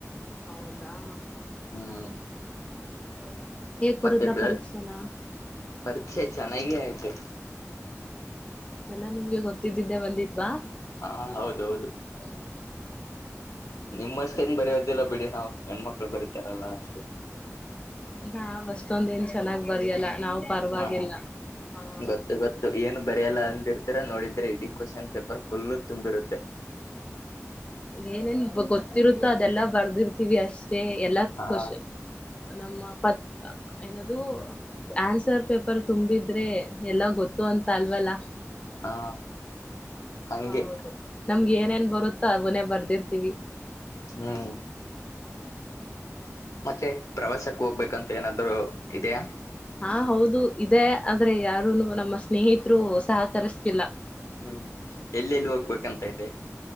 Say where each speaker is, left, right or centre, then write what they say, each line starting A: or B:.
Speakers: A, on the left; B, on the left.
A: ಹೌದಾ
B: ಹ್ಮ್
A: <inaudible>
B: ಮತ್ತೆ ಬೇಳ್
A: ಪರೀಕ್ಷೆನ
B: ಪರೀಕ್ಷೆ ಚೆನ್ನಾಗಿ ಆಯ್ತು
A: ಎಲ್ಲಾ ನಿಮ್ಗೆ ಗೊತ್ತಿದ್ದಿದ್ದೆ ಬಂದಿದ್ವಾ
B: ಹಾ ಹೌದೌದು
A: <inaudible>
B: ನಿಮ್ಮಷ್ಟೇನ್ ಬರೋದಿಲ್ಲ ಬಿಡಿ ನಾವ್ ಹೆಣ್ಮಕ್ಳು ಬರೀತಾರಲ್ಲ ಅಷ್ಟು
A: ನಾ ಆಟೋದ್ ಏನ್ ಚೆನ್ನಾಗ್ ಬರಿಲ್ಲ ನಾವು ಪರವಾಗಿಲ್ಲ
B: ಹಾ
A: ಹಾ
B: ಗೊತ್ತ ಗೊತ್ತು ಏನು ಬರಿಯಲ್ಲ ಅಂದಿರ್ತರಾ ನೋಡಿದ್ರೆ ಇಡೀ ಕ್ವಶನ್ ಪೇಪರ್ ಫುಲ್ಲು ತುಂಬಿರುತ್ತೆ
A: ಏನೇನ್ ಗೊತ್ತಿರುತ್ತೋ ಅದೆಲ್ಲಾ ಬರ್ದಿರ್ತೀವಿ ಅಷ್ಟ ಮ ಎಲ್ಲಾ
B: ಹಾ
A: ಕ್ವಶನ್ ನಮ್ಮ ಪತ್ ಏನದು ಆನ್ಸರ್ ಪೇಪರ್ ತುಂಬಿದ್ರೆ ಎಲ್ಲ ಗೊತ್ತು ಅಂತ ಅಲ್ವಲ್ಲಾ
B: ಹಾ ಹಗೆ
A: ಹೌದು ನಮ್ಗೆ ಏನೇನ್ ಬರುತ್ತಾ ಮನೆ ಬರ್ದಿರ್ತೀವಿ
B: ಹ್ಮ್ ಮತ್ತೆ ಪ್ರವಾಸಕ್ ಹೋಗ್ಬೇಕಂತ ಏನಾದ್ರು ಇದೆಯಾ
A: ಹಾ ಹೌದು ಇದೇ ಆದ್ರೆ ಯಾರುನು ನಮ್ಮ ಸ್ನೇಹಿತರು ಸಹಕರಿಸ್ತಿಲ್ಲ
B: ಹ್ಮ್ ಎಲ್ಲೆಲ್ಲಿ ಹೋಗ್ಬೇಕಂತ ಇದೆ